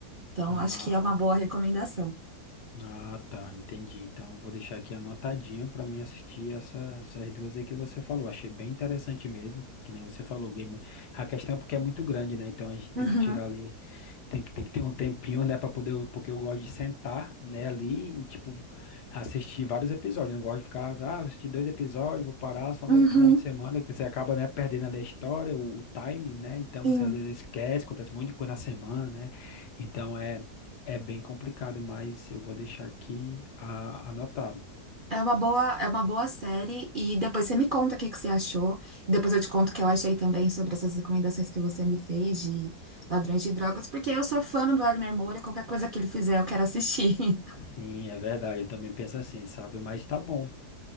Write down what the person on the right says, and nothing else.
Então,
acho que é uma boa recomendação.
Uhum,
uhum,
sim.
É uma boa, é uma boa série e depois você me conta o que que você achou. Depois eu te conto o que eu achei também sobre essas recomendações que você me fez de Ladrões de Drogas, porque eu sou fã do Wagner Moura, qualquer coisa que ele fizer eu quero assistir. <laughs>